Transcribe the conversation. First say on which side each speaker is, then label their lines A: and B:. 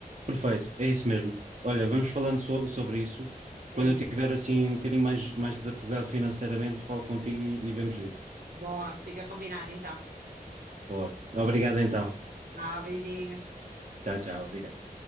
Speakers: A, on the right; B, on the right.
A: Perfeito, é isso mesmo. Olha, vamos falando so- sobre isso.
B: É
A: Quando eu tiver
B: isso.
A: assim um bocadinho mais, mais desafogado financeiramente, falo contigo e, e vemos isso.
B: Boa, fica combinado então.
A: Boa. Obrigado então.
B: Tchau, beijinhos.
A: Tchau, tchau. Obrigado.